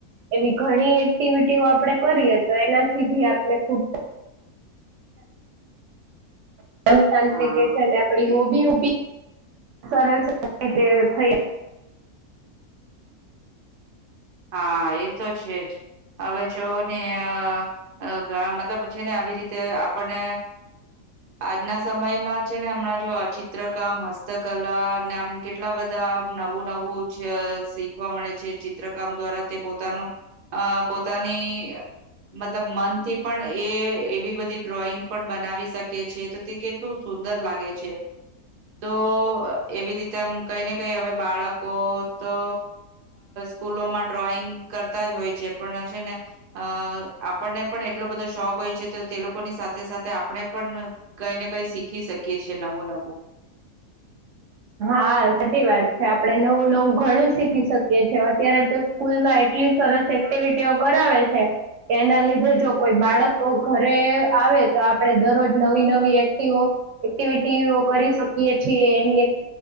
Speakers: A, on the right; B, on the right.
A: એવી ઘણી એક્ટિવિટીઓ આપડણે કરીએ તો એનાથી ભી આપણે ખુબ. સંથ
B: હા
A: કે છે અને આપડી
B: એ
A: હોબી હોબી. સરસ સરતે થઈ.
B: હા એ તો છે જ. હવે જો ને ઘણા મતલબ છે ને આવી રીતે આપણને. આજના સમયમાં છે ને હમણાં જો ચિત્રકામ હસ્તકલા અને આમ કેટલા બધા. નવું નવું શીખવા મળે છે ચિત્ર. કામ દ્વારા તે પોતાનું અ પોતાની. મતલબ મનથી પણ એ એવી બધી ડ્રોઈંગ પણ બનાવી શકે. છે તો તે કેટલું સુંદર લાગે છે. તો એવી રીતે આ કઈને કઈ હવે બાળકો તો. સ્કૂલોમાં ડ્રોઈંગ કરતા જ હોય છે પણ હ છે ને અ આપણને પણ એટલો બધો શોખ કોય છે તો તે લોકોની સાથે સાથે આપણે પણ કઈ ને કઈ શીખી શકીએ છ છેએ નવું નવું. <inaudible>
A: હા સાચી વાત છે આપડણે નવું નવું ઘણું શીખી શકીએી અત્યારે તો સ્કૂલમાં. કેટલી સરસ એક્ટિવિટીઓ કરાવે છે. એના લીધે જો કોઈ બાળક ઘરે આવે તો આપડે દરરોજ નવી નવી એક્ટો. એક્ટિવિટીઓ કરી શકીએ છીએ એ.